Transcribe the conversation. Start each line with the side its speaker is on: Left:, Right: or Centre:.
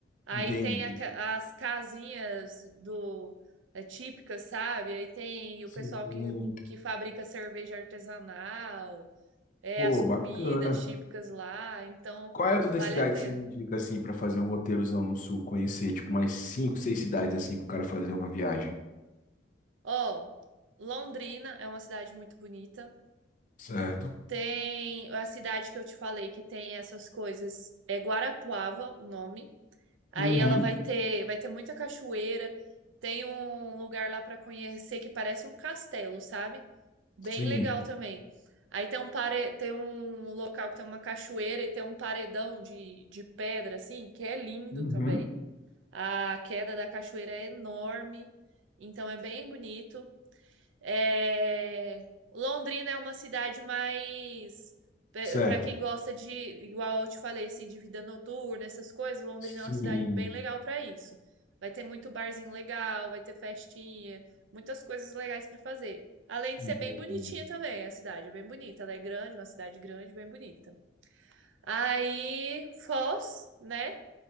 Right: Aí
Left: Entendi.
Right: tem aca- as casinhas do é, típicas, sabe? Aí tem
Left: Sim.
Right: o pessoal que, que fabrica cerveja artesanal, é,
Left: Pô,
Right: as comidas
Left: bacana.
Right: típicas lá, então
Left: Qual é as outras
Right: vale
Left: cidades
Right: a pena.
Left: que você me indica assim pra fazer um roteirozão no sul, conhecer tipo mais cinco, seis cidades assim pro cara fazer uma viagem?
Right: Ó, Londrina é uma cidade muito bonita.
Left: Certo.
Right: Tem a cidade que eu te falei que tem essas coisas, é Guarapuava o nome. Aí
Left: Uhum.
Right: ela vai ter, vai ter muita cachoeira. Tem um lugar lá para conhecer que parece um castelo, sabe? Bem
Left: Sim.
Right: legal também. Aí tem um pare... tem um local que tem uma cachoeira e tem um paredão de, de pedra, assim, que é lindo
Left: Uhum.
Right: também. A queda da cachoeira é enorme, então é bem bonito. É, Londrina é uma cidade mais
Left: Certo.
Right: para quem gosta de, igual eu te falei, assim, de vida noturna, essas coisas, Londrina
Left: Sim.
Right: é uma cidade bem legal para isso. Vai ter muito barzinho legal, vai ter festinha, muitas coisas legais para fazer. Além de
Left: Entendi.
Right: ser bem bonitinha também, a cidade é bem bonita, ela é grande, uma cidade grande, bem bonita. Aí, Foz, né?